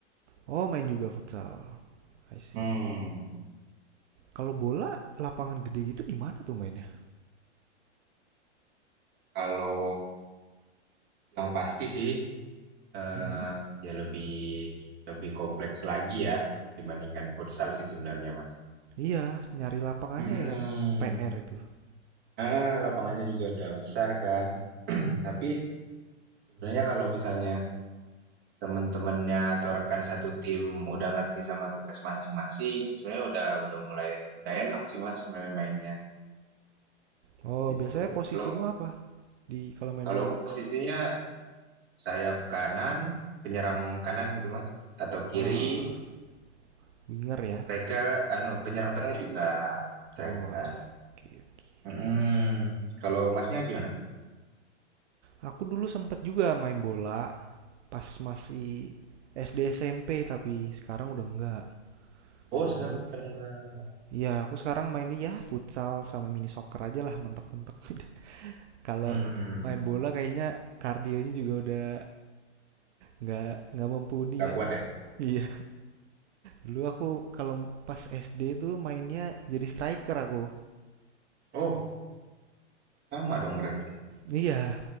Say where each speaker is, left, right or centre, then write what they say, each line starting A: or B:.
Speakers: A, on the right; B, on the right.
A: Oh, main juga futsal. I see,
B: Hmm.
A: see. Kalau bola, lapangan gede gitu di mana tuh mainnya?
B: Kalau yang pasti sih, eh,
A: Mm-mm.
B: ya lebih lebih kompleks lagi ya dibandingkan futsal sih sebenarnya, Mas.
A: Iya, nyari lapangannya
B: mm
A: ya kan, PR itu.
B: Ah, lapangannya juga udah besar kan. <clears throat> Tapi sebenarnya kalau misalnya teman-temannya atau rekan satu tim udah ngerti sama tugas masing-masing, sebenarnya udah udah mulai udah enak sih Mas sebenarnya mainnya
A: Oh,
B: gitu.
A: biasanya posisimu
B: Kalau
A: apa di kalau main
B: kalau
A: bola?
B: aku posisinya sayap kanan, penyerang kanan gitu Mas atau kiri
A: Ah, Winger ya.
B: Striker anu penyerang tengah juga striker.
A: Oh, I see. oke oke.
B: Mhm. Kalau Masnya gimana?
A: Aku dulu sempet juga main bola pas masih SD SMP tapi sekarang udah enggak.
B: Oh,
A: Nah,
B: sekarang
A: dulu
B: udah enggak.
A: Iya, aku sekarang mainnya ya futsal sama mini soccer aja lah mentok-mentok. <laughs> Kalau
B: Hmm,
A: main bola kayaknya kardionya juga udah nggak nggak mumpuni
B: enggak
A: ya.
B: kuat deh.
A: Iya, dulu aku kalau pas SD tuh mainnya jadi striker aku.
B: Oh, sama dong berarti.
A: Iya,